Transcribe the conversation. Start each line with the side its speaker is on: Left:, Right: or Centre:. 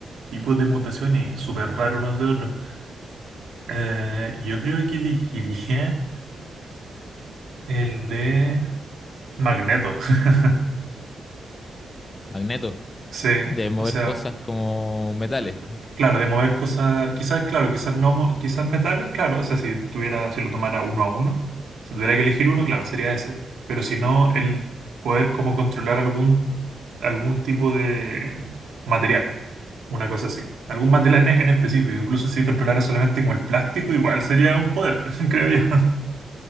Right: tipos de mutaciones y súper raros unos de otros. Eh, yo creo que elegiría el de Magneto. <laughs>
Left: Magneto.
Right: Sí,
Left: de mover
Right: o sea,
Left: cosas como metales.
Right: p- claro, de mover cosas, quizás, claro, quizás no, mo- quizás metales, claro, o sea, si tuviera, si lo tomara uno a uno, si tuviera que elegir uno, claro, sería ese. Pero si no, el poder como controlar algún algún tipo de material, una cosa así. Algún material en, en específico, incluso si controlara solamente como el plástico, igual sería un poder, <laughs> creo yo.